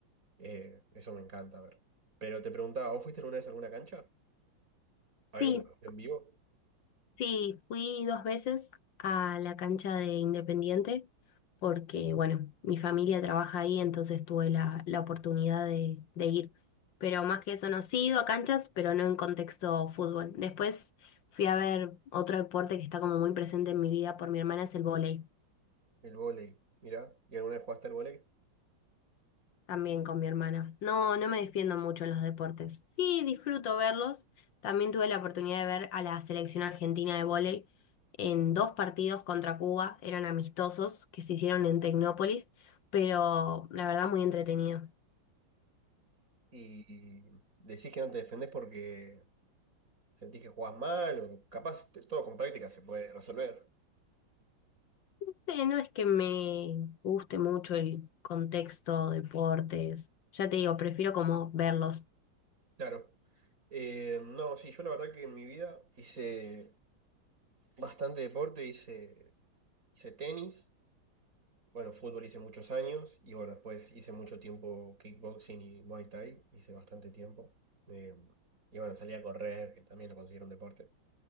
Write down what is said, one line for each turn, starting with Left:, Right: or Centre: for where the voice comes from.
Right: Eh, eso me encanta ver. Pero te preguntaba, ¿vos fuiste alguna vez a alguna cancha? ¿A ver
Left: Sí,
Right: un partido en vivo?
Left: sí, fui dos veces a la cancha de Independiente porque, bueno, mi familia trabaja ahí, entonces tuve la, la oportunidad de, de ir. Pero más que eso, no, sí he ido a canchas, pero no en contexto fútbol. Después fui a ver otro deporte que está como muy presente en mi vida por mi hermana, es el vóley.
Right: El vóley, mira ¿Y alguna vez jugaste al vóley?
Left: También con mi hermana. No, no me defiendo mucho en los deportes. Sí, disfruto verlos. También tuve la oportunidad de ver a la selección argentina de vóley en dos partidos contra Cuba. Eran amistosos que se hicieron en Tecnópolis, pero la verdad muy entretenido.
Right: y decís que no te defendés porque sentís que jugás mal o capaz t- todo con práctica se puede resolver.
Left: No sé, no es que me guste mucho el contexto, deportes. Ya te digo, prefiero como verlos.
Right: Claro. Eh, no, sí, yo la verdad que en mi vida hice bastante deporte, hice, hice tenis, bueno, fútbol hice muchos años y bueno, después hice mucho tiempo kickboxing y Muay Thai, hice bastante tiempo. Eh, y bueno, salí a correr, que también lo considero un deporte.